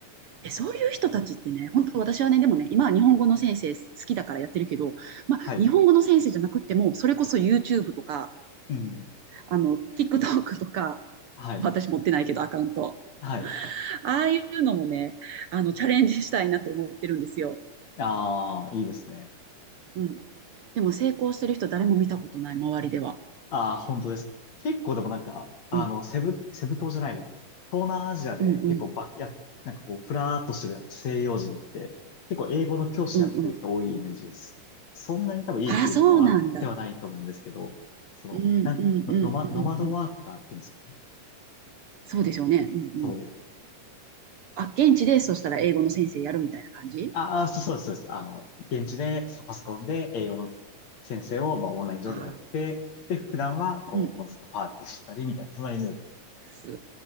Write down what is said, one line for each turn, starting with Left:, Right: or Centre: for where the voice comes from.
Right: え、そういう人たちってね、本当私はね、でもね、今は日本語の先生好きだからやってるけど、まあ、
Left: はい。
Right: 日本語の先生じゃなくっても、それこそ YouTube とか、
Left: うん。
Right: あの、TikTok とか、
Left: はい。
Right: 私持ってないけど、アカウント。
Left: はい。
Right: ああいうのもね、あの、チャレンジしたいなって思ってるんですよ。
Left: ああ、いいですね。
Right: うん。でも成功してる人誰も見たことない、周りでは。
Left: ああ、本当です。結構でもなんか、あの、
Right: うん、
Left: セブ、セブ島じゃないわ。東南アジアで結構ば、
Right: うん、うん、
Left: いや、なんかこう、ふらーっとしてる西洋人って、結構英語の教師やってる人多いイメージです。
Right: うん、うん。
Left: そんなに多分いい給料もらってはないと思うんですけど、
Right: ああ、そうなんだ。
Left: その、
Right: うんうんうんうんうん。
Left: なん、の、ノマ、ノマドワーカーっていうんですかね。
Right: そうでしょうね。うんうん。
Left: そう。
Right: あ、現地でそしたら英語の先生やるみたいな感じ
Left: ああ、そうそうです、そうです。あの、現地で、そのパソコンで英語の先生を、まあ、オンライン上でやって、
Right: あ
Left: で、普段は、こう、
Right: ー、うん。
Left: もうずっとパーティーしたりみたいな、そんなイメージ。
Right: す